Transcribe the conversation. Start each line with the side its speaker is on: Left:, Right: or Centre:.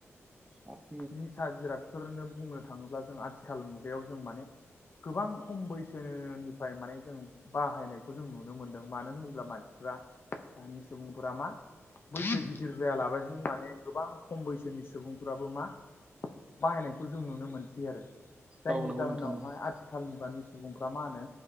Right: औ
Left: निसा जिरादफोरनो बुंनो थाङोब्ला जों आथिखाल मुगायाव जों माने गोबां खम बैसोनि फ्राय माने जों बाहायनायखौ जों नुनो मोनदों मानो होनोब्ला मानसिफ्रा दानि सुबुंफोरा मा बैसो गिदिर जायालाबायसो माने गोबां खम बैसोनि सुबुंफोराबो मा बाहायनायखौ जों नुनो मोनसै आरो जायनि
Right: नंगौ
Left: जाहोनावहाय
Right: नोंथां नंगौ
Left: आथिखाल मुगानि सुबुंफ्रा मा होनो